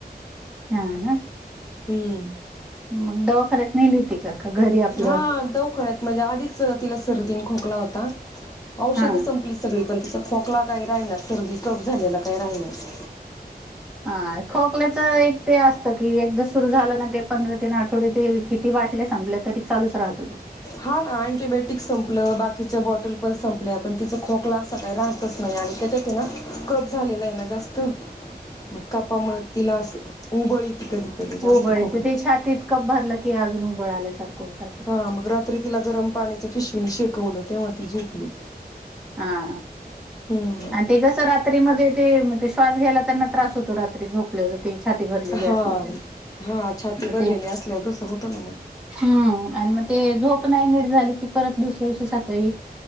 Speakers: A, in the centre; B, on the left.
A: हा ना?
B: हम्म.
A: मग दवाखान्यात नेली होती का? का घरी आपलं
B: हा दवखान्यात म्हणजे आधीच तिला सर्दी खोकला होता. औषध
A: हा
B: संपली सगळी. पण तिचा खोकला काही राहिना. सर्दी कफ झालेला काही राहिनाच.
A: हा खोकल्याचं एक ते असतं की, एकदा सुरू झालं ना ते पंधरा तीन आठवडे ते किती बाटल्या संपल्यात तरी चालच राहतो तो.
B: हा ना. अँटीबायोटिक संपलं. बाकीच्या बॉटल पण संपल्या. पण तिचा खोकला काही राहतच नाही. आणि त्याच्यात ना, कफ झालेलाय ना जास्त.
A: <unintelligible>
B: म कपा मुळ तिला अस उबळ येती कधी कधी जास्त
A: उबळ
B: खोकल्याची
A: येते. ते छातीत कप भरलं की अजून उबळ आल्यासारखं होत.
B: ह मग रात्री तिला गरम पाण्याच्या पिशवीणी शेकवलं. तेव्हा ती झोपली.
A: हा.
B: हम्म
A: आणि ते कसं रात्रीमध्ये ते, ते श्वास घ्यायला त्यांना त्रास होतो. रात्री झोपल्या ज ते. छाती भरलेली
B: हा
A: असली तरी.
B: हा छाती
A: मग
B: भरलेली
A: ते
B: असल्याव तसं होतं ना मग.
A: हम्म आणि म ते झोप नाही नीट झाली की, परत दुसऱ्या दिवशी सकाळी